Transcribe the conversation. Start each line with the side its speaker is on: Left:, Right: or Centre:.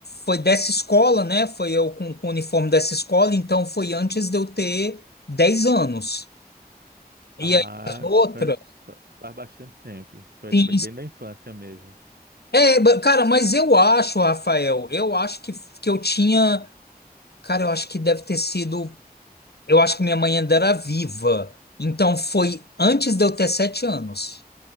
Left: Foi dessa escola, né? Foi eu com, com o uniforme dessa escola, então foi antes de eu ter 10 anos. E
Right: Ah,
Left: aí as outras.
Right: faz, faz bastante tempo. Foi
Left: Sim,
Right: bem bem da infância mesmo.
Left: É, ba- cara, mas eu acho, Rafael, eu acho que, que eu tinha. Cara, eu acho que deve ter sido. Eu acho que minha mãe ainda era viva. Então foi antes de eu ter sete anos.